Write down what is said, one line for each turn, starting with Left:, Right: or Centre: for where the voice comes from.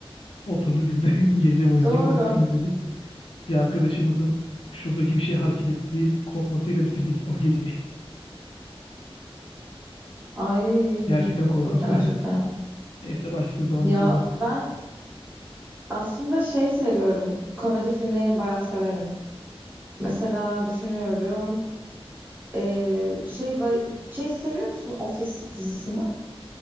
Left: Oturdu biz de <laughs> gece boyunca
Right: Doğru.
Left: korku filmi izledik. Bir arkadaşımızın şuradaki bir şey hareket etti deyip korkmasıyla bitirdik o geceyi.
Right: Ay
Left: <laughs> Gerçekten korkunçtu.
Right: çok fena çok
Left: <laughs>
Right: fena.
Left: Neyse başka zaman
Right: Ya
Left: izlemem.
Right: ben aslında şey seviyorum. Komedi filmlerini bayağı severim. Mesela düşünüyorum. Ee, şey bay- şey seviyor musun Office dizisini?